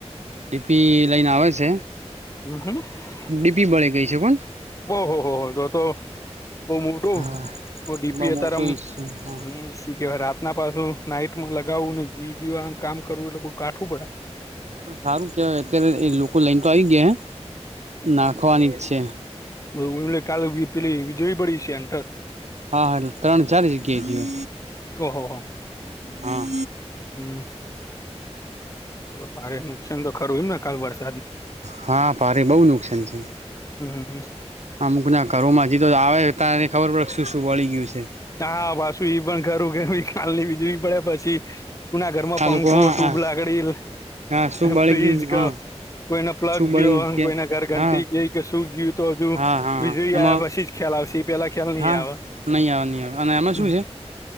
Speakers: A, on the right; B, on the left.
A: ડીપી લઈને આવે છે
B: હમ હ
A: ડીપી બળે ગઈ છે પણ
B: ઓહહ હો હો જો તો બહ મોઢું
A: હા
B: વ ડીપી
A: બહુ
B: હ
A: મોટો
B: તરમ
A: ઇસ્યુ હા
B: હમું કે ભ રાત પાછ નાઈટમાં લગાવું ને જી બીવા કામ કરવું એટલે બઉુ કાઠવું પડે
A: ના પણ સારું કેવાય અત્યારે એ લોકો લઈન તો આવી ગયા નાખવાની જ છે
B: બધ એમલે કાલે પેલી વીજળી પડી છે એર
A: હા હા એટ ત્રણ ચલી જગ્યાએ જઓ
B: ઓહો હો
A: હા
B: હમ ભારે નુકસાન તો ખરું હોયમ ને કાલ વરષ
A: હા પારી બહુ નુકસાન છે
B: હમ હમ
A: અમુકનાં ઘરોમાં જીતો તો આવે તાને ખબર પડે શું શું વળી ગયું છે
B: હા પાસુ એઈ પણ ઘરું ઘરું કાલની વીજળી પડે પછી કુના ઘરમાં
A: આ
B: પંખો
A: લોકો હા
B: ટ્યુબ લાગડીલ
A: હા શું બળી
B: ફ્ર્રીજ
A: ગયું
B: ક
A: હા
B: કોઈને પ્લગ
A: શું બળ્યું
B: ગ્યો
A: કે
B: કોઈના ઘર ઘંટી
A: હા
B: ગઈ કે શું ગ્યું તો હજુ
A: હા હા
B: વીજળી
A: એમાં
B: આવ પછી જ ખ્યાલ‌ આવશે ઈ પેલા ખ્યાલ નહી
A: હા
B: આવે
A: નય આવે ની આવે અને આમાં
B: હમ
A: શું છે?